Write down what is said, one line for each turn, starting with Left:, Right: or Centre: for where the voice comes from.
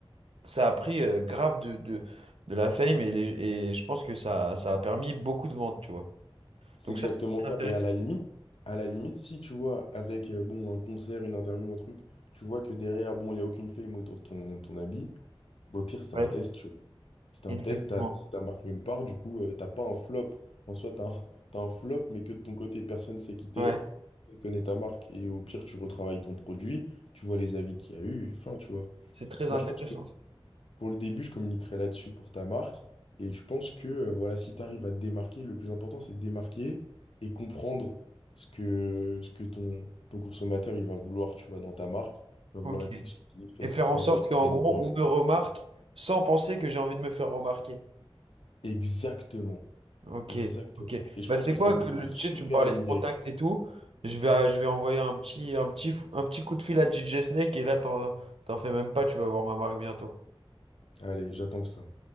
Right: Ça a pris euh, grave de, de, de la fame et, les, et je pense que ça, ça a permis beaucoup de ventes, tu vois.
Left: C'est
Right: Donc
Left: exactement
Right: ça, c'est très
Left: ça.
Right: intéressant.
Left: Et à la limite, à la limite, si tu vois, avec euh, bon, un concert, une interview, un truc, tu vois que derrière, bon, il n'y a aucune fame autour de ton, ton habit, bah, au pire, c'était
Right: Ouais,
Left: un test, tu vois. C'était
Right: exactement.
Left: un test, t'as, t'as marqué nulle part, du coup, euh, t'as pas un flop. En soi, t'as un, t'as un flop, mais que de ton côté, personne s'est quitté,
Right: Ouais,
Left: tu connais ta marque. Et au pire, tu retravailles ton produit, tu vois les avis qu'il y a eu, et enfin, tu vois.
Right: c'est très
Left: Moi,
Right: intéressant.
Left: je pense que
Right: ça.
Left: pour le début, je communiquerai là-dessus pour ta marque. Et je pense que euh, voilà, si tu arrives à te démarquer, le plus important, c'est de démarquer et comprendre ce que, ce que ton, ton consommateur il va vouloir, tu vois, dans ta marque. Il va
Right: Ok.
Left: vouloir être exclusif, être
Right: Et faire
Left: frais,
Right: en sorte qu'en
Left: et être
Right: gros,
Left: bien vu.
Right: on me remarque sans penser que j'ai envie de me faire remarquer.
Left: Exactement.
Right: Ok.
Left: Exactement. Et je
Right: Bah,
Left: pense
Right: tu sais
Left: que
Right: quoi,
Left: ça peut
Right: que
Left: être
Right: le,
Left: une super
Right: tu sais, tu me parlais
Left: ligne
Right: de
Left: directrice.
Right: contact et tout. Je vais, euh, je vais envoyer un petit, un petit, un petit coup de fil à DJ Snake et là, t'en, t'en fais même pas, tu vas voir ma marque bientôt.
Left: Allez, j'attends que ça.